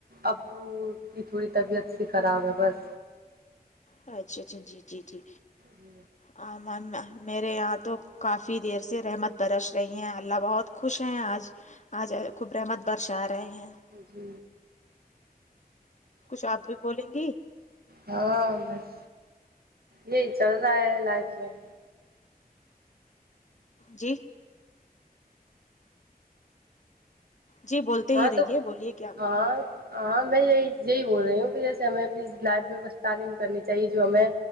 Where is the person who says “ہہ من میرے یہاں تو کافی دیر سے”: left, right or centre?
Left